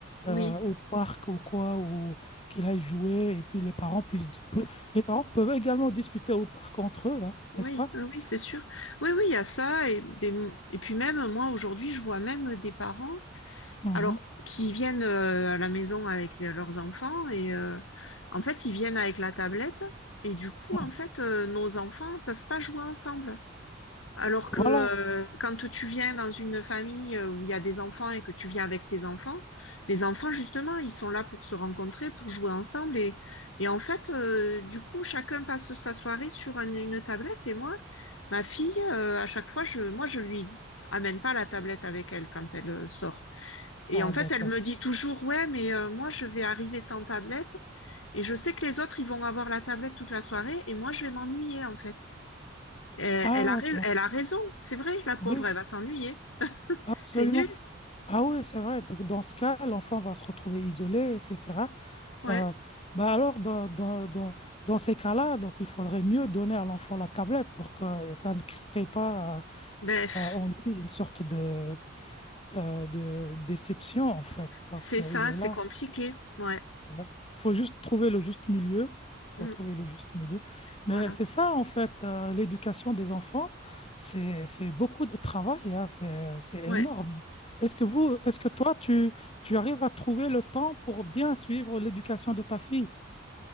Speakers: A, on the left; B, on the left.
A: oui,
B: euh, au parc ou quoi, ou qu'il aille jouer, et puis les parents puissent, peu- les parents peuvent également discuter au parc entre eux, hein,
A: oui,
B: n'est-ce pas?
A: euh, oui, c'est sûr. Oui, oui, il y a ça. Et, des- et puis même, moi, aujourd'hui, je vois même des parents,
B: Mhm.
A: alors, qui viennent euh, à la maison avec les- leurs enfants et euh, en fait, ils viennent avec la tablette et du coup,
B: Mhm.
A: en fait, euh, nos enfants peuvent pas jouer ensemble. Alors que
B: Voilà.
A: euh, quand tu viens dans une famille euh, où il y a des enfants et que tu viens avec tes enfants, les enfants, justement, ils sont là pour se rencontrer, pour jouer ensemble. Et, et en fait, euh, du coup, chacun passe sa soirée sur un- une tablette. Et moi, ma fille, euh, à chaque fois, je, moi, je lui amène pas la tablette avec elle quand elle euh, sort. Et
B: Ah,
A: en
B: d'accord.
A: fait, elle me dit toujours, ouais, mais euh, moi, je vais arriver sans tablette. Et je sais que les autres, ils vont avoir la tablette toute la soirée. Et moi, je vais m'ennuyer, en fait. Euh,
B: Ah,
A: elle a, rais-
B: donc,
A: elle a raison, c'est vrai, la pauvre,
B: oui,
A: elle va s'ennuyer.
B: absolument.
A: C'est nul,
B: Ah oui, c'est vrai. Donc, Dans ce cas, l'enfant va se retrouver isolé, etc.
A: ouais.
B: Euh, bah alors, dans, dans, dans, dans ces cas-là, donc il faudrait mieux donner à l'enfant la tablette pour que ça ne crée pas
A: Bref,
B: euh, euh, en lui une sorte de, euh, de déception, en fait, parce
A: c'est
B: qu'il
A: ça,
B: est
A: c'est
B: là.
A: compliqué, ouais.
B: Ouais. faut juste trouver le juste milieu. Il
A: Mm.
B: faut trouver le juste milieu. Mais
A: voilà,
B: c'est ça, en fait, euh, l'éducation des enfants, c'est, c'est beaucoup de travail, hein, c'est, c'est
A: ouais.
B: énorme. Est-ce que vous, est-ce que toi, tu, tu arrives à trouver le temps pour bien suivre l'éducation de ta fille?